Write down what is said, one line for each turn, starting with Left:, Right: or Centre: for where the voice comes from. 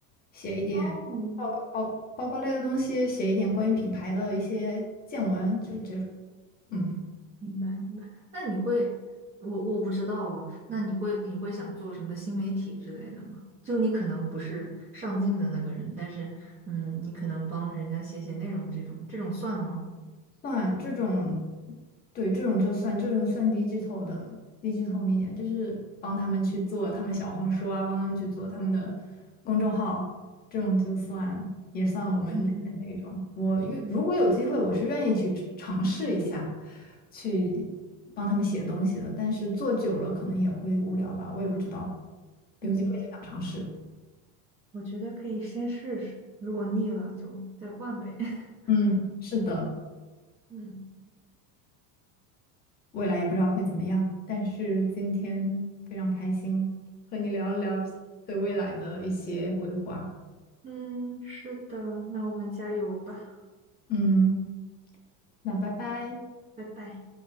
Left: 写一点报告报报告类的东西，
Right: 哦，
Left: 写一点关于品牌的一些见闻，就是这种。嗯。
Right: 明白明白。那你会，我我不知道哦。那你会你会想做什么新媒体之类的吗？就你可能不是上镜的那个人，但是嗯，你可能帮人家写写内容这种，这种算吗？
Left: 算这种，对，这种就算这种算低 i g 的低 i g i t 就是帮他们去做他们小红书啊，帮他们去做他们的公众号，这种就算也算我们里面的一种。
Right: 嗯嗯嗯
Left: 我愿如果有机会，
Right: 嗯，
Left: 我是愿意去尝试一下，去帮他们写东西的。但是做久了可能也会无聊吧，我也不知道，有机会就想尝试。
Right: 嗯，我觉得可以先试试，如果腻了就再换呗。<laughs>
Left: 嗯，是的。
Right: 嗯，
Left: 未来也不知道会怎么样，但是今天非常开心和你聊了聊对未来的一些规划。
Right: 嗯，是的，那我们加油吧，
Left: 嗯，那拜拜。
Right: 拜拜。